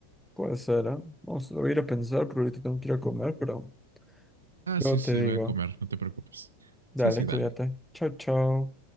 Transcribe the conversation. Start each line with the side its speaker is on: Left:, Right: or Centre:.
Centre: Puede ser, ¿eh? Vamos lo voy a ir a pensar, pero ahorita tengo que ir a comer, pero
Right: Ah,
Centre: luego
Right: sí, sí,
Centre: te digo.
Right: voy a comer, no te preocupes.
Centre: Dale,
Right: Sí, sí,
Centre: cuídate.
Right: dale.
Centre: Chao, chao.